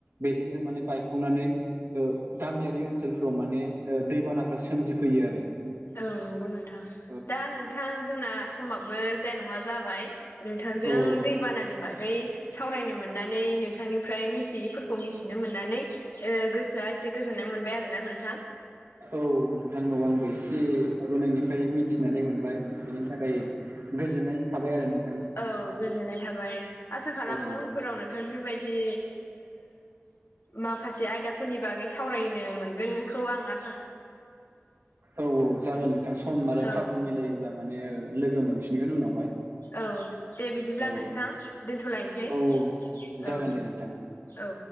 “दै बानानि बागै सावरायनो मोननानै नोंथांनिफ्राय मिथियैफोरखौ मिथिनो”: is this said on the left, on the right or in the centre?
Left